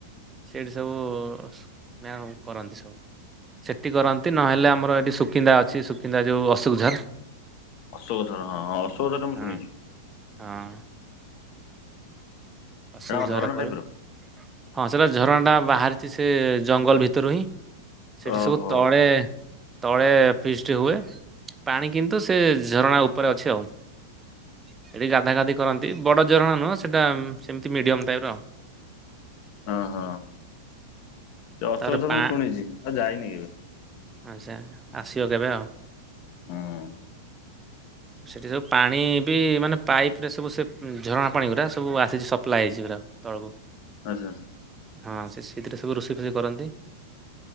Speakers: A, on the right; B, on the left.
A: ସେଇଠି ସବୁ କରନ୍ତି ସବୁ। ସେଠି କରନ୍ତି ନହେଲେ ଆମର ଏଇଠି ସୁକିନ୍ଦା ଅଛି ସୁକିନ୍ଦା ଯେଉଁ ଅଶୋକଝର।
B: ଅଶୋକ ଧରା ହଁ ହଁ ଅଶୋକ ଧର ଟା ମୁଁ
A: ହଁ
B: ଶୁଣିଛି।
A: ହଁ।
B: ସେଟା
A: ଅସୁବିଝରେ
B: କଣ ଝରଣା
A: କରୁ
B: ଟାଇପର
A: ହଁ ସେଇଟା ଝରଣାଟା ବାହାରିଛି ସେ ଜଙ୍ଗଲ ଭିତରୁ ହିଁ। ସେଠି
B: ଓହୋ
A: ସବୁ ତଳ ବେ ତଳେ ଫିଷ୍ଟ ହୁଏ। ପାଣି କିନ୍ତୁ ସେ ଝରଣା ଉପରେ ଅଛି ଆଉ। ସେଠି ଗାଧା ଗାଧି କରନ୍ତି। ବଡ଼ଝୋରଣା ନୁହଁ ସେଟାମିତି ମିଡ଼ିୟମ୍ ଟାଇପ୍ରର ଆଉ।
B: ହଁ ହଁ ସେ ଅଶୋକଝର
A: ତାପରେ
B: ମୁଁ ଶୁଣିଛି ଆଉ ଯାଇନି କେବେ।
A: ଆଚ୍ଛା ଆସିବ କେବେ ଆଉ।
B: ହଁ।
A: ସେଇଠି ସବୁ ପାଣି ବି ମାନେ ପାଇପ୍ରରେ ସବୁ ସେ ଝରଣା ପାଣି ପୁରା ସବୁ ଆସିଛି ସପ୍ଲାଏ ହେଇଛି ପୁରା। ତଳକୁ
B: ଆଚ୍ଛା ଆଚ୍ଛା।
A: ହଁ ସେ ସେଥିରେ ସବୁ ରୋଷେଇ ଫୋଷେଇ କରନ୍ତି।